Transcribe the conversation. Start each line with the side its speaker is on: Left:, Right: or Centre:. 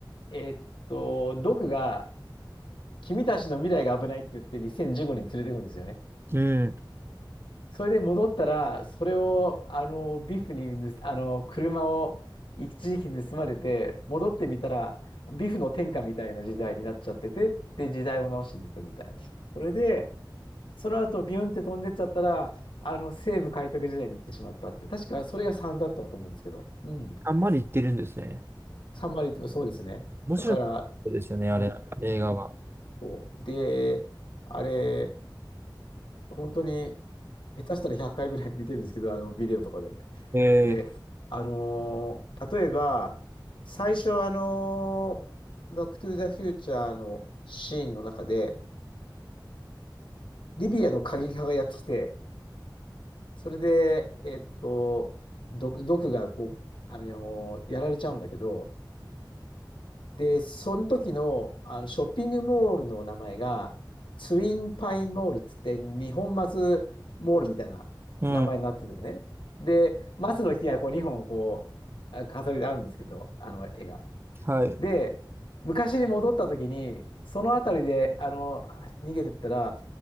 Left: えーっと、ドクが、君たちの未来が危ないって言って2015年にせんじゅうごねん連れてくんですよね。
Right: うん。
Left: それで戻ったら、それを、あの、ビフに盗、あの、車を一時期盗まれて、戻ってみたら、ビフの天下みたいな時代になっちゃってて、で、時代を直しに行くみたいなそれで、その後、ビュンって飛んでっちゃったら、あの、西部開拓時代に行ってしまったっていう、確かそれが3だったと思うんですけど、うん。
Right: あんまり言ってるんですね。
Left: 3割って、そうですね。
Right: 面白い
Left: だから、
Right: ですよね、あれ、
Left: うん。
Right: 映画は。
Left: うん。そう。で、あれ、本当に、下手したら100回ぐらい見てるんですけど、あの、ビデオとかで。
Right: ええ、
Left: で、あのー例えば、最初、あのーバックトゥーザフューチャーのシーンの中で、リビアの過激派がやってきて、それで、えっと、毒、毒がこう、あのーやられちゃうんだけど、で、その時の、あのショッピングモールの名前が、ツインパインモールって言って、日本松モールみたいな名前になってるのね。
Right: うん。
Left: で、松の木がこう2本こう、あ飾りであるんですけど、あの絵が。
Right: はい。
Left: で、昔に戻った時に、その辺りで、あの、逃げてったら、